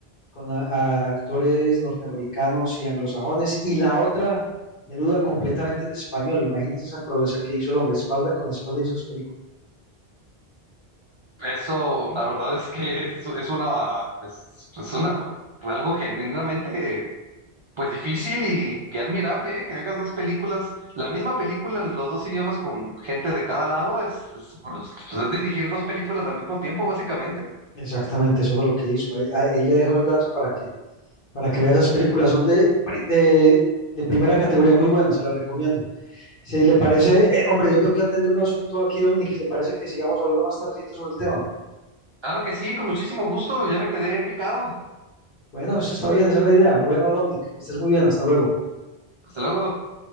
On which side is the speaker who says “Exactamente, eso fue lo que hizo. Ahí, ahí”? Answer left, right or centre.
Left